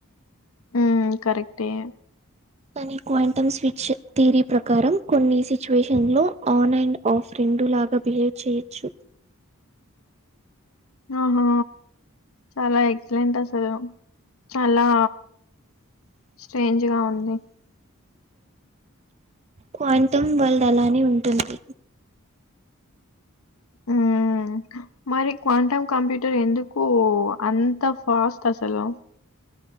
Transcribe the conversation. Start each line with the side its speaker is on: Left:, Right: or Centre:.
Left: ఉమ్ కరెక్టే
Right: కానీ క్వాంటమ్ స్విచ్ థీరీ ప్రకారం కొన్ని సిచ్యువేషన్స్ లో ఆన్ అండ్ ఆఫ్ రెండు లాగా బిహేవ్ చేయొచ్చు
Left: ఆహా చాలా ఎక్సలెంట్ అసలు చాలా స్ట్రేంజ్ గా ఉంది
Right: క్వాంటమ్ వరల్డ్ అలానే ఉంటుంది
Left: ఉమ్ మరి క్వాంటమ్ కంప్యూటర్ ఎందుకు అంత ఫాస్ట్ అసలు